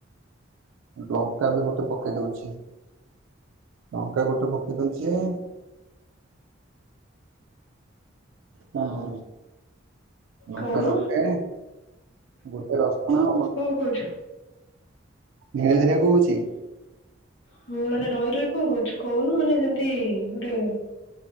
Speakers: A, on the right; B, on the left.
A: ଲଙ୍କା ବି ଗୋଟେ ପକେଇ ଦଉଛି। ଲଙ୍କା ଗୋଟେ ପକେଇ ଦଉଛି। ହଁ ଲଙ୍କା
B: କହୁନୁ
A: ଗୋଟେ ଗୋଟେ ରସୁଣ
B: କହୁଛ
A: ଧୀରେ ଧୀରେ କହୁଛି
B: ହୁ ମାନେ ରହି ରହି କଣ କହୁଛି କହୁନୁ ମାନେ ଯେମତି ଗୋଟେ